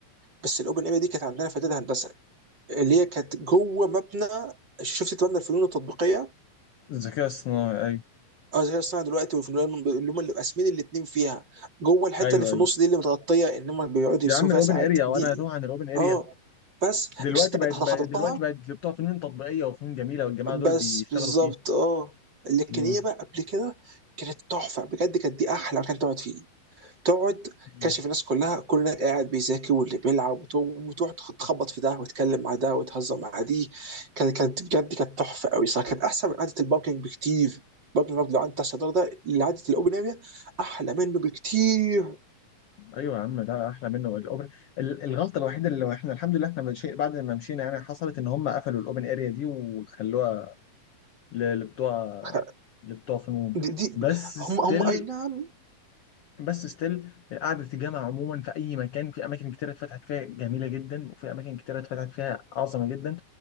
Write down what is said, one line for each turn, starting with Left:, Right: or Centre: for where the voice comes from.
Right: بس الاوبن اريا دي كانت عندنا في اعداد هندسه اللي هي كانت جوه مبنى شفت مبنى الفنون التطبيقيه
Left: الذكاء الصناعي ايوه
Right: اه زي الصناعه دلوقتي وفي الريال اللي هم اللي قاسمين الاثنين فيها جوه الحته
Left: ايوه
Right: اللي في
Left: ايوه
Right: النص دي اللي متغطيه ان هم بيقعدوا يرسموا
Left: يا عم
Right: فيها
Left: الاوبن
Right: ساعات
Left: اريا وانا
Right: دي
Left: اتوه عن الاوبن اريا
Right: اه بس
Left: دلوقتي
Right: بس انت أنت
Left: بقت
Right: حضرتها
Left: بقت- دلوقتي بقت بتوع فنون تطبيقيه وفنون جميله والجماعه
Right: بس
Left: دول بيشتغلوا
Right: بالظبط
Left: فيه
Right: اه لكن
Left: مم.
Right: هي بقى قبل كده كانت تحفه بجد كانت دي احلى مكان تقعد فيه تقعد
Left: مم.
Right: كشف الناس كلها كل ده قاعد بيذاكر واللي بيلعب وت- وتروح تخ- تخبط في ده وتتكلم مع ده وتهزر مع دي كانت كانت بجد كانت تحفه قوي صح كانت احسن من قعده الباركينج بكتير الباركينج لو قعدت على الشطار ده اللي قعده الاوبن اريا احلى منه بكتير
Left: ايوه يا عم لا احلى منه الاوبن ال- الغلطه الوحيده اللي احنا الحمد لله احنا مشي... بعد ما مشينا يعني حصلت ان هم قفلوا الاوبن اريا دي وخلوها ل- لبتوع
Right: خ-
Left: لبتوع فنون
Right: دي, دي
Left: بس ستيل
Right: هم هم اي نعم
Left: بس ستيل قعدة الجامعة عموما في أي مكان في أماكن كتيرة اتفتحت فيها جميلة جدا وفي أماكن كتيرة اتفتحت فيها عظمة جدا